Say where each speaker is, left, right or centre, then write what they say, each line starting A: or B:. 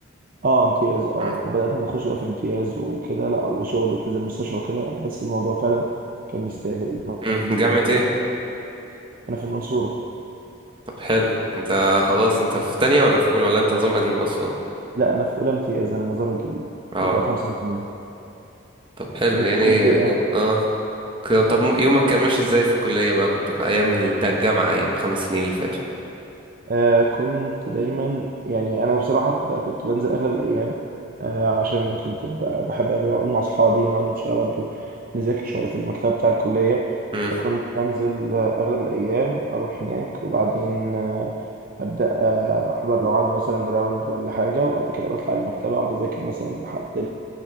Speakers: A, on the right; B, on the right.
A: أه امتياز أه
B: امم
A: وبدأت أخش بقى في امتياز وكده لأ وشغل وتنزل المستشفى وكده بحس الموضوع فعلا كان يستاهل المجهود
B: امم جامعة
A: المكان
B: ايه
A: أنا في المنصورة
B: طب حلو انت خلاص انت في تانية ولا في اولى ولا انت نظام قديم اصلا
A: لأ أنا في أولى امتياز أنا النظام الجديد
B: اه
A: اللي هو خمسة واتنين
B: طب حلو
A: وأنت
B: يعني
A: في كل كده
B: اه ك- طب م- يومك كان ماشي ازاي في الكلية بقى كنت في ايام ال- ده الجامعة ايام خمس سنين اللي فاتوا
A: آه كنت دايما يعني انا بصراحه ب- كنت بنزل اغلب الايام آه عشان كنت ب- بحب اقابل أقعد مع اصحابي نقعد شويه برضو نذاكر شويه في المكتبه بتاع الكليه
B: امم
A: فكنت بنزل آه اغلب الايام اروح هناك وبعدين آه ابدا آه احضر لو عندي مثلا راوند ولا حاجه وبعد كده بطلع المكتبه اقعد اذاكر مثلا لحد